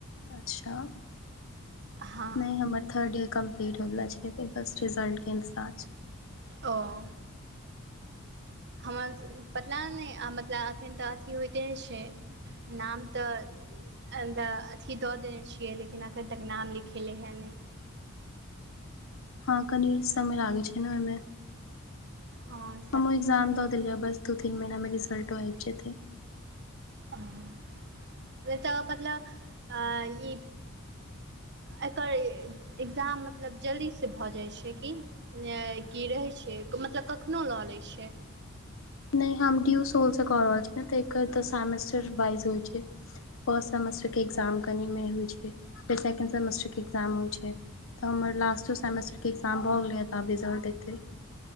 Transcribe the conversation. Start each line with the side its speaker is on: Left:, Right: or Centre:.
Left: अच्छा
Right: हँ
Left: नहि हमर थर्ड ईयर कम्प्लीट होइवला छै, फेर फर्स्ट साईन्ट के इन्तजार छै।
Right: ओ हमर पतला नहि आ मतलब एखन तऽ अथी होइते छै। नाम तऽ अण्डा अथि दऽ देने छियै, लेकिन एखन तक नाम लिखेले है नहि
Left: हँ कनी समय लागैत छै ने ओहिमे
Right: हाॅ
Left: ओ एग्जाम दऽ देलियै बस दू तीन महिनामे रिजल्टो आबि जेतय।
Right: अ--ह, बेटा बदला, आईये एकर ए- एकग्जाम मतलब जल्दी से भऽ जाइ छै कि नैए की रहैत छै, मतलब कखनो लऽ लैय छै।
Left: नहि हम डीू सोल स कऽ रहल छी ने तऽ एकर तऽ सेमेस्टर वाइज होइ छै। फर्स्ट सेमेस्टरके एक्जाम कनिमे होइ छै, फेर सेकेण्ड सेमेस्टरके एक्जाम होइ छै। तऽ हमर लास्टो सेमेस्टरके एक्जाम भऽ गेलैय तऽ आ रिजल्ट एतै।